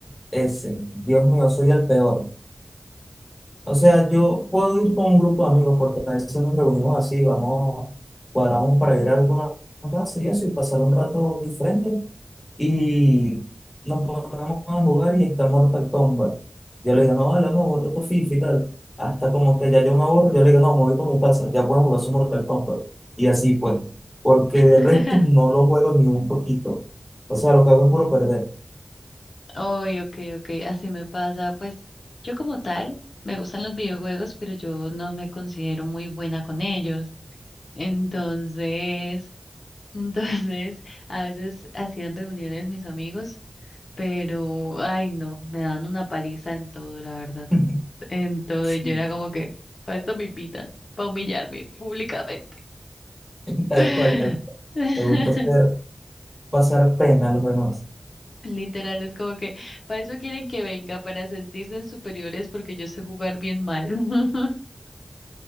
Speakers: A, on the left; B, on the left.
A: Ese. Dios mío, soy el peor. O sea, yo puedo ir con un grupo de amigos porque a veces nos reunimos así, vamos, cuadramos para ir a alguna casa y eso y pasar un rato diferente. y nos ponemos a jugar y está Mortal Kombat. Yo le digo, no, vale, me aburro tu FIFA y tal. Hasta como que ya yo me aburro, yo le digo, no, me voy para mi casa, ya puedo jugar su Mortal Kombat. Y así pues, porque de
B: <laughs>
A: resto no lo juego ni un poquito. O sea, lo que hago es puro perder.
B: Oy, ok, ok, así me pasa. Pues yo como tal me gustan los videojuegos, pero yo no me considero muy buena con ellos. Entonces, <laughs> entonces a veces hacían reuniones mis amigos, pero ay no, me dan una paliza en todo, la verdad.
A: <laughs>
B: En todo,
A: Sí.
B: y yo era como que para esto me invitan, para humillarme públicamente.
A: Tal
B: <laughs>
A: cual, tal. cual. Me gusta hacer pasar pena a los demás.
B: Literal, es como que para eso quieren que venga, para sentirse en superiores porque yo sé jugar bien mal. <laughs>